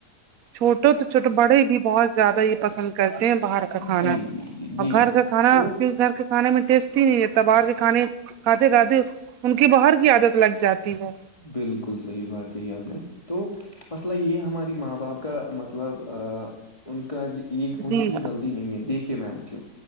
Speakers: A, on the right; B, on the left.
A: چھوٹو تو چھوٹو بڑے بھی بہت زیادہ ہی پسند کرتے ہیں باہر کا کھانا
B: جی جی جی
A: اور
B: جی
A: گھر
B: میم
A: کا کھانا
B: تو
A: کی گھر کا کھانے میں ٹیسٹ ہی نہیں رہتا باہر کے کھانے کھاتے کھاتے ان کی باہر کی عادت لگ جاتی ہے
B: بالکل صحیح بات کہی ہے آپ نے تو مسئلہ یہ ہماری ماں باپ کا مطلب ان کا یہ ان
A: جی
B: کی یہ غلطی نہیں ہے دیکھے میم کیوں